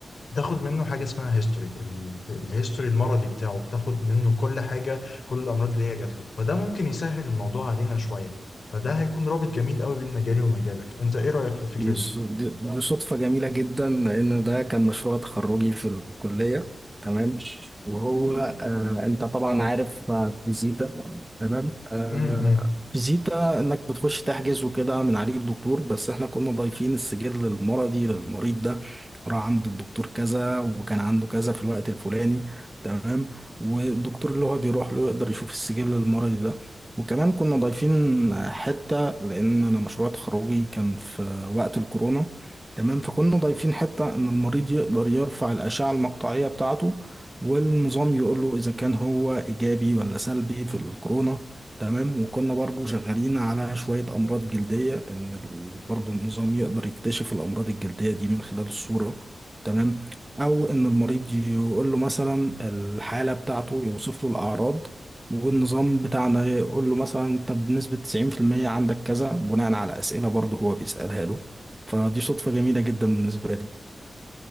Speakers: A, on the left; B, on the right.
A: بتاخد منه حاجة اسمها هيستوري الهيستوري المرضي بتاعه بتاخد منه كل حاجة كل الأمراض اللي هي جات له فده ممكن يسهل الموضوع علينا شوية فده هيكون رابط جميل قوي بين مجالي ومجالك انت ايه رأيك في الفكرة
B: يوسف-
A: دي؟
B: دي دي صدفة جميلة جدا لأن ده كان مشروع تخرجي في الكلية تمام وهو آه أنت طبعا عارف آه، فيزيتا تمام آه
A: امم
B: فيزيتا إنك بتخش تحجز وكده من عليه الدكتور بس إحنا كنا ضايفين السجل المرضي للمريض ده راح عند الدكتور كذا وكان عنده كذا في الوقت الفلاني تمام والدكتور اللي هو بيروح له يقدر يشوف السجل المرضي ده وكمان كنا ضايفين حتة لأن أنا مشروع تخرجي كان في آه، وقت الكورونا تمام فكنا ضايفين حتة إن المريض يقدر يرفع الأشعة المقطعية بتاعته والنظام يقول له إذا كان هو إيجابي ولا سلبي في الكورونا تمام وكنا برضو شغالين على شوية أمراض جلدية إن ال- برضو النظام يقدر يكتشف الأمراض الجلدية دي من خلال الصورة تمام أو إن المريض يقول له مثلا الحالة بتاعته يوصف له الأعراض والنظام بتاعنا يقول له مثلا طب بنسبة 90% عندك كذا بناء على أسئلة برضه هو بيسألها له فدي صدفة جميلة جدا بالنسبة لي